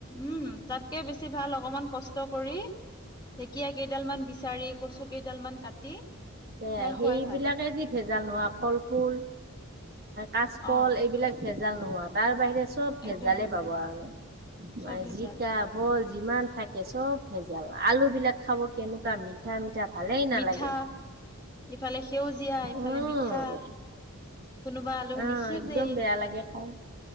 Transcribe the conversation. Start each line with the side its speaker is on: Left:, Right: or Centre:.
Left: উম তাতকে বেছি ভাল অকমান কষ্ট কৰি ঢেকীয়া কেইডাল মান বিচাৰি কচু কেইডাল মান কাটি
Right: এহ
Left: সেয়া খোৱাই
Right: সেইবিলাকে
Left: ভাল
Right: যি ভেজাল নোহোৱা কলফুল কাচকল
Left: অ
Right: এইবিলাক ভেজাল নোহোৱা তাৰ বাহিৰে চব
Left: একদম
Right: ভেজালে
Left: ভেজাল
Right: পাব আৰু
Left: চব
Right: মানে
Left: ভেজাল
Right: জিকা, ভোল যিমান থাকে চব ভেজাল আলু বিলাক খাব কেনেকুৱা মিঠা মিঠা মিঠা ভালেই নালাগে
Left: মিঠা ইফালে সেউজীয়া ইফালে
Right: উম
Left: মিঠা কোনোবা আলু
Right: অ',
Left: নিসিজেই
Right: একদম বেয়া লাগে খাই